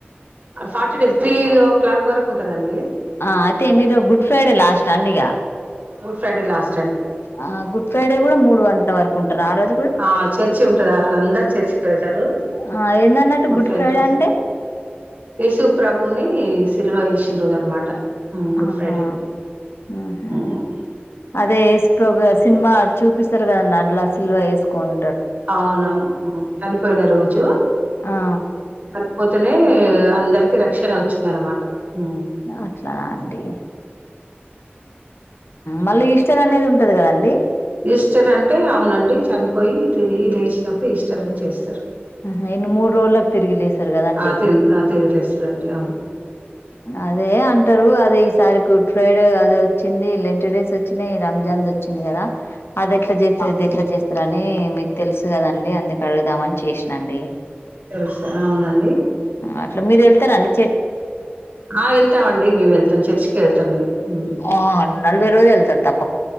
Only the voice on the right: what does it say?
forty days three o'clock వరకు ఉంటదండి
ఫెరి లాస్
ఆ చర్చి ఉంటది. ఆ రోజు అందరు చర్చికి వెళ్తారు.
గుడ్ ఫ్రైడే రోజు
ఈసు ప్రభువుని సిల్వ చేేసిన రోజు అనమాట. గుడ్
ఫ్రైడే అంటే
హ్మ్.
అవునవునువు చనిపోయిన రోజు
చనిపోతేనే అందరికి రక్షణ వచ్చింది అనమాట ఆ
ఈస్టర్ అంటే అవునండి చనిపోయి తిరిగి లేచినప్పుడు ఈస్టర్ అని చేస్తారు
ఆ తిరు ఆ తిరిగిలేస్తారండి అవును
తెలుసా అవునండి
ఆ వెల్తా అండి మేము వెళ్తా చచచ్రీ వెళ్తాం మేము ఉమ్.